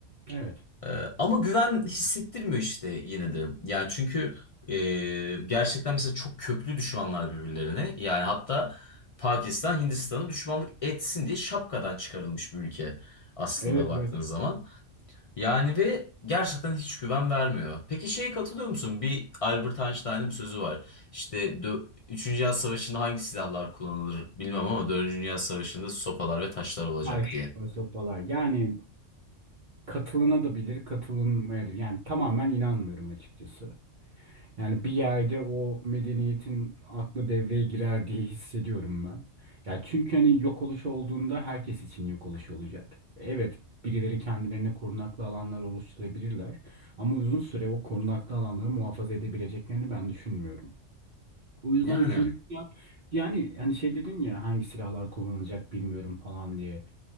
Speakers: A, on the right; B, on the left.
A: Evet,
B: E, ama güven hissettirmiyor işte yine de. Yani çünkü e, gerçekten mesela çok köklü düşmanlar birbirlerine. Yani hatta Pakistan Hindistan'ı düşmanlık etsin diye şapkadan çıkarılmış bir ülke aslında
A: evet,
B: baktığınız
A: evet.
B: zaman. Yani ve gerçekten hiç güven vermiyor. Peki şeye katılıyor musun? Bir Albert Einstein'ın bir sözü var. İşte dö- Üçüncü Dünya Savaşı'nda hangi silahlar kullanılır bilmem ama Dördüncü Dünya Savaşı'nda sopalar ve taşlar olacak
A: Taş
B: diye.
A: ve sopalar. Yani katılına da bilir, katılınmaya da. Yani tamamen inanmıyorum açıkçası. Yani bir yerde o medeniyetin aklı devreye girer diye hissediyorum ben. Ya çünkü hani yok oluş olduğunda herkes için yok oluş olacak. Evet, birileri kendilerine korunaklı alanlar oluşturabilirler ama uzun süre o korunaklı alanları muhafaza edebileceklerini ben düşünmüyorum. O yüzden
B: Yani
A: üçüncü dünya yani hani şey dedin ya hangi silahlar kullanılacak bilmiyorum falan diye.